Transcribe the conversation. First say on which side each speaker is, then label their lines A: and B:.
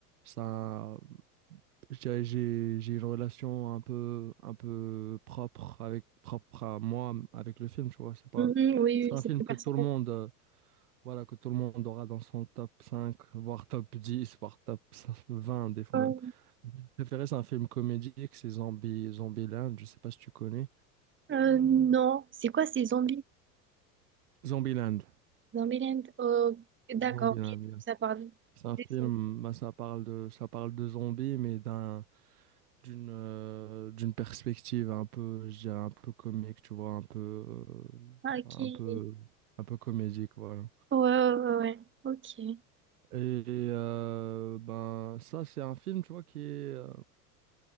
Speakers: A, on the right; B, on the right.
A: un, je dirais, j'ai, j'ai une relation un peu, un peu propre avec, propre à moi, avec le film, tu vois. C'est pas,
B: Mhm, oui, oui,
A: c'est pas
B: oui,
A: un
B: c'est
A: film
B: plus
A: que
B: personnel.
A: tout le monde, euh, voilà, que tout le monde aura dans son top 5 voire top 10 voire top <laughs> 20 des fois
B: Euh,
A: même. Mon préféré, c'est un film comédique, c'est Zombie, Zombieland, je sais pas si tu connais.
B: euh, non, c'est quoi ces zombies?
A: Zombieland.
B: Zombieland. Oh, d'accord,
A: Zombieland,
B: ok,
A: yeah.
B: ça parle
A: C'est un
B: des
A: film,
B: zombies.
A: bah, ça parle de, ça parle de zombies, mais d'un, d'une euh, d'une perspective un peu, je dirais, un peu comique, tu vois, un peu, euh,
B: Ah, ok.
A: un peu,
B: Ouais,
A: un peu comédique, voilà.
B: ouais, ouais, ouais. ok.
A: Et euh, ben, ça, c'est un film, tu vois, qui est... euh,